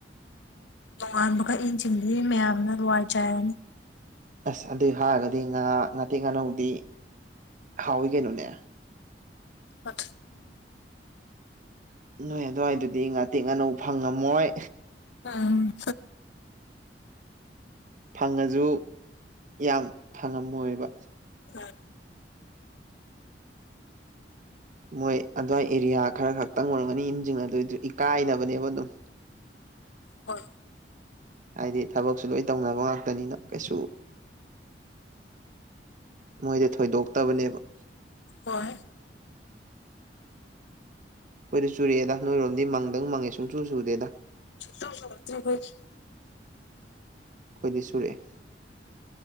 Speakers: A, on the left; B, on the right.
A: ꯇꯣꯉꯥꯟꯕꯈꯛ ꯏꯟꯁꯤꯡꯗꯤ ꯃꯌꯥꯝꯅ ꯋꯥꯏ ꯆꯥꯏꯔꯅꯤ
B: ꯑꯁ ꯑꯗꯨꯏ ꯍꯥꯏꯔꯒꯗꯤ ꯉꯥ ꯉꯥꯇꯦꯛ ꯉꯥꯅꯧꯗꯤ ꯍꯥꯎꯋꯤ ꯀꯩꯅꯣꯅꯦ
A: ꯐ
B: ꯅꯣꯏ ꯑꯗꯨꯋꯥꯏꯗꯨꯗꯤ ꯉꯥꯇꯦꯛ ꯑꯥꯅꯧ ꯐꯪꯉꯝꯃꯣꯏ
A: ꯎꯝ
B: ꯐꯪꯉꯁꯨ ꯌꯥꯝ ꯐꯪꯉꯝꯃꯣꯏꯕ
A: ꯍꯝ
B: ꯃꯣꯏ ꯑꯗꯨꯋꯥꯏ ꯑꯦꯔꯤꯌꯥ ꯈꯔ ꯈꯛꯇꯪ ꯑꯣꯏꯔꯝꯒꯅꯤ ꯏꯁꯤꯡ ꯑꯗꯨꯏꯗꯨ ꯏꯀꯥꯏꯅꯕꯅꯦꯕ ꯑꯗꯨꯝ
A: ꯍꯣꯏ
B: ꯍꯥꯏꯗꯤ ꯊꯕꯛꯁꯨ ꯂꯣꯏ ꯇꯧꯅꯕ ꯉꯥꯛꯇꯅꯤꯅ ꯀꯩꯁꯨ ꯃꯣꯏꯗꯤ ꯊꯣꯏꯗꯣꯛꯇꯕꯅꯦꯕ
A: ꯍꯣꯏ
B: ꯑꯩꯈꯣꯏꯗ ꯆꯨꯔꯑꯦꯗ ꯅꯣꯏꯔꯣꯝꯗꯤ ꯃꯪꯗꯪ ꯃꯪꯉꯦ ꯁꯨꯡ ꯆꯨ ꯆꯨꯗꯦꯗ
A: ꯁꯨꯡꯆꯨ ꯆꯨꯔꯛꯇ꯭ꯔꯤ ꯈꯣꯏꯗꯤ
B: ꯑꯩꯈꯣꯏꯗꯤ ꯁꯨꯔꯛꯑꯦ